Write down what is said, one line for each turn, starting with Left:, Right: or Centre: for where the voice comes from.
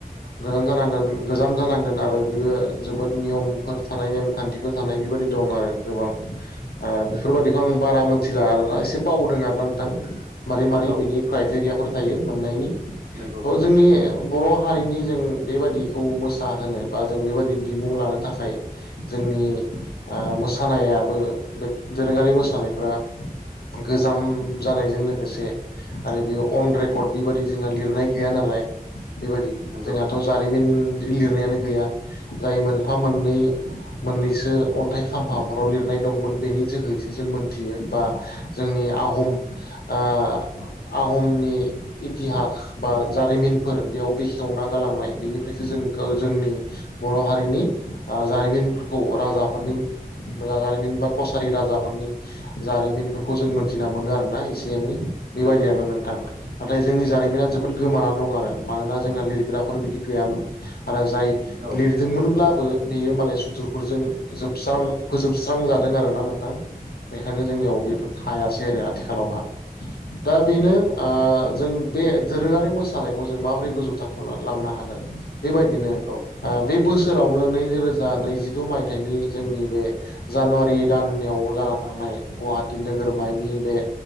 Left: गोजान जानांगोन गोजाम जानांगोन आरो
Right: औ
Left: बियो जोबोद नियमफोर थानाय नेमखान्थिफोर थानाय बेबायाददि दं आरो गोबां। बेफोरबायादिखौ आं बारा मोनथिला आरोना एसे बावदों आर ना नोंथां मारै मारै
Right: औ
Left: बेनि क्राइटेरियाफोर थायो मोननायनि
Right: नंगौ
Left: थ
Right: नंगौ
Left: जोंनि बर' हारिनि जों बेबायाददिखौ मोसाहोनो बा जों बेबायदि बिमुं लानो थाखाय जोंनि मोसानायाबो बे दोरोङारि मोसानायफ्रा गोजाम जानायजों लोगोसे आरो बे अन रेकर्ड बेबायाददि जोंहा लिरनाय गैया नालाय बेबायदि
Right: नंगौ
Left: जोंहाथ' जारिमिन बिदि लिरनायानो गैया। जाय मोनफा मोननै मोननैसो अन्थाइ खाम्फाफोराव लिरनाय दंमोन बेनि जोहैसो जों थियो बा जोंनि आहम आ आहमनि इथिहाक बा जारिमिनफोर बेयाव बेखेवना गालांनाय बेनिफ्रायसो जों ग जोंनि बर' हारिनि आं जारिमिनफोरखौ राजाफोरनि जा जारिमिन बा कसारि राजाफोरनि जारिमिनफोरखौ जों मोनथिना मोनो आरोना एसे एनै बेबायदि
Right: नंगौ।
Left: आरोना नोंथां
Right: नंगौ
Left: नाथाय जोंनि जारिमिना जोबोद गोमाना दं आरो मानोना जोंना लिरग्राफोर बिदि गैयामोन आरो जाय
Right: औ
Left: लिर दंमोनब्लाबो बेयो माने सुथुरफोरजों जोबस्रां फोजोबस्रां जादों आरो ना नोंथां। बेखायनो जोंनियाव बेफोर थायासै आरो आथिखालावहा दा थारैनो ओ जों बे दोरोङारि मोसानायखौ जों माबोरै गोजौ थाखोआव लांनो हानो। बेबायदिनो
Right: औ
Left: आ बे बोसोरावनो नैरोजा नैजिद' मायथाइनि जोंनि बे जानुवारि दानयाव जाना थांनाय गुवाहाटि नोगोरमाहकनि बे